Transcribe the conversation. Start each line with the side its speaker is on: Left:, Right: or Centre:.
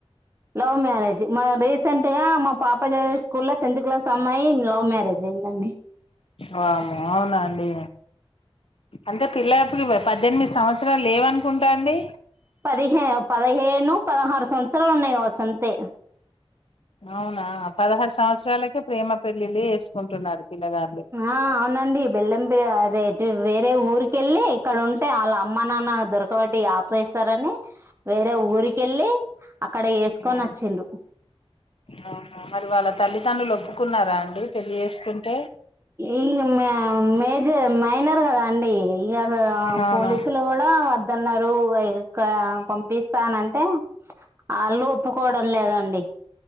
Right: లవ్ మ్యారేజ్ మా రీసెంట్ గా మా పాప చదివే స్కూల్ లో టెన్త్ క్లాస్ అమ్మాయి లవ్ మ్యారేజ్ రజయిందండి
Left: వామ్మో అవునా అండి అంటే పిల్లప్పుకి పద్దెనిమిది సంవత్సరాలు లేవనుకుంటా అండి
Right: పదిహే పదిహేను పదహారు సంవత్సరాలు ఉన్నాయి కావచ్చు అంతే
Left: అవునా పదహారు సంవత్సరాలకే ప్రేమ పెళ్లిళ్లు చేసుకుంటున్నారు పిల్లగాళ్ళు
Right: ఆ అవునండి బెల్లం పె అదే ఇట్ వేరే ఊరిక వెళ్ళి ఇక్కడ ఉంటే వాళ్ళ అమ్మ నాన్న దొరకబటి ఆపేస్తారని వేరే ఊరికెళ్ళి అక్కడ వేసుకొని
Left: ఆ
Right: వచ్చిండ్రు
Left: అవునా మరి వాళ్ళ తల్లిదండ్రులు ఒప్పు కున్నారా అండి పెళ్ళి చేసుకుంటే
Right: ఇ మ మేజర్ మైనర్ కదా అండి ఇగా అస్ ఆ
Left: అవునా
Right: పోలీసులు కూడా వద్దన్నారు ఇగ ఇక్కడ పంపిస్తానంటే అళ్లు ఒప్పుకోవడం లేదండి